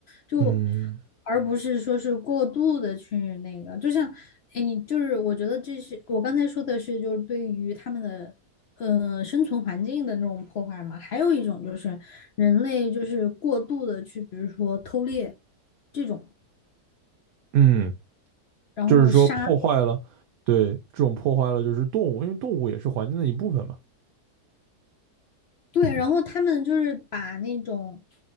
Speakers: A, on the left; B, on the right.
A: 就
B: 嗯
A: 而不是说是过度的去那个。就像，哎，你就是我觉得这是我刚才说的是，就是对于他们的呃生存环境的那种破坏嘛。还有一种就是人类就是过度的去，比如说偷猎这种。
B: 嗯，
A: 然后杀
B: 就是说破坏了，对，这种破坏了就是动物，因为动物也是环境的一部分嘛。
A: 对，然后他们就是把那种，